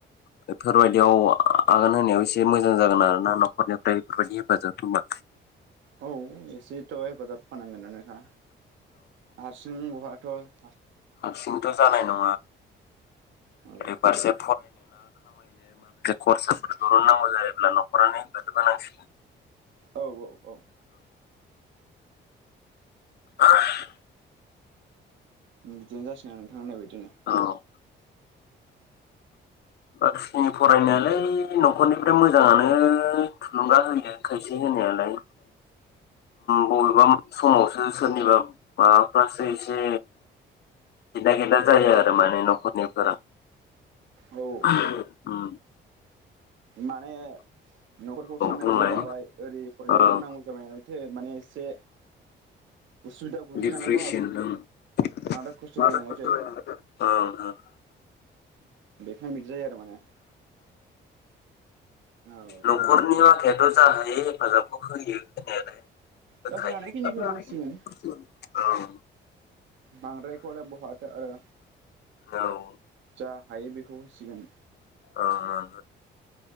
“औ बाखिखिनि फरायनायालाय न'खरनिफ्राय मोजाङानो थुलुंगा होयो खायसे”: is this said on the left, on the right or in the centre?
Left